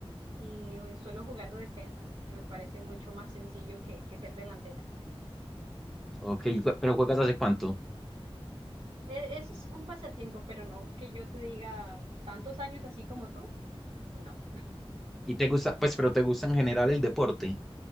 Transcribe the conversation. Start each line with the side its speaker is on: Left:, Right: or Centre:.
Right: y eh, suelo jugar de defensa, que me parece mucho más sencillo que, que ser delantera.
Centre: Ok, jue- pero ¿juegas hace cuánto?
Right: E- Eso es un pasatiempo, pero no que yo te diga tantos años así como tú. No,
Centre: ¿Y te gusta, pues, pero te gusta en general el deporte?